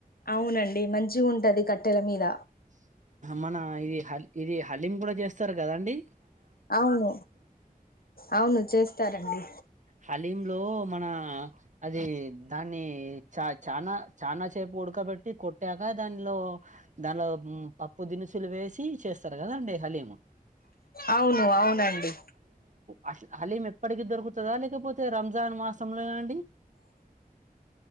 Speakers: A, on the left; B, on the right.
A: అవునండి మంచిగా ఉంటది కట్టెల మీద
B: మన ఇది హల్ ఇది హల్లీం కూడా చేస్తారు కదాండి
A: అవును అవును చేస్తారండి
B: హలీమ్ లో మన అది దాన్ని చ చనా చాలనాాసేపు ఉడకబట్టి కొట్టే ఇగా దానిలో దాన్లో పాప్పు దీనుసు అసులు వేసి చేస్తారు కదా అండి హలీము
A: అవును అవునండి
B: అ హలీం ఎప్పటికి దొకు తా లేకపోతే రంజాన్ మాస్ సమయ అండి